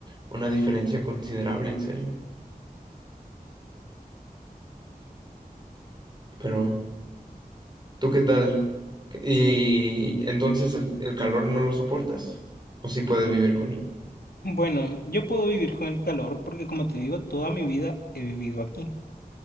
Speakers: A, on the right; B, on the left.
A: una diferencia considerable, en serio. Pero, ¿tú qué tal? Y entonces el, el calor no lo soportas, o si puedes vivir con él.
B: Bueno, yo puedo vivir con el calor porque como te digo, toda mi vida he vivido aquí.